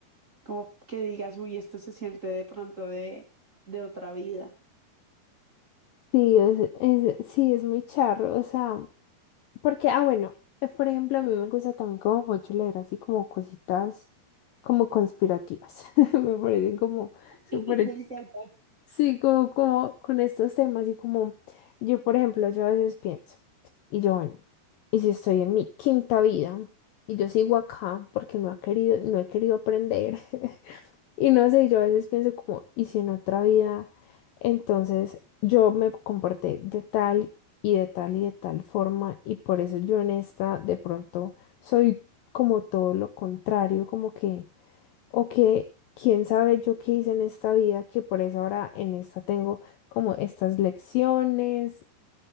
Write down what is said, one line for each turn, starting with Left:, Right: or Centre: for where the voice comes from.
Right: como que digas, uy, esto se siente de pronto de, de otra vida.
Left: sí, es, es- sí, es muy charro, o sea, porque, ah, bueno, eh, por ejemplo, a mí me gusta también como mucho leer así como cositas como conspirativas, <laughs> me parecen como súper,
Right: <laughs> Me
Left: ch-
Right: encanta.
Left: sí, como, como con estos temas y como yo, por ejemplo, yo a veces pienso, y yo, bueno, y si estoy en mi quinta vida y yo sigo acá porque no ha querido, no he querido aprender, <laughs> Y no sé, yo a veces pienso como, ¿y si en otra vida? Entonces yo me comporté de tal y de tal y de tal forma y por eso yo en esta de pronto soy como todo lo contrario, como que, o que, quién sabe yo qué hice en esta vida, que por eso ahora en esta tengo como estas lecciones